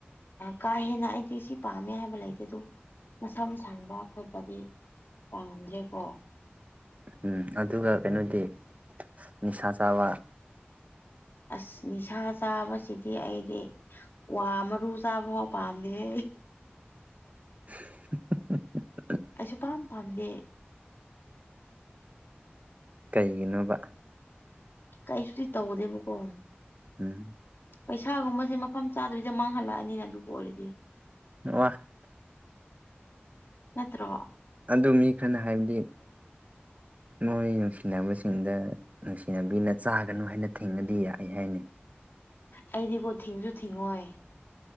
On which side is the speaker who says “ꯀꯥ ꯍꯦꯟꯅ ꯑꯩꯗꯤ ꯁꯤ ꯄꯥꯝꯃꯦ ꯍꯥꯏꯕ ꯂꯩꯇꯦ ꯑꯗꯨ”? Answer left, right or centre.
Left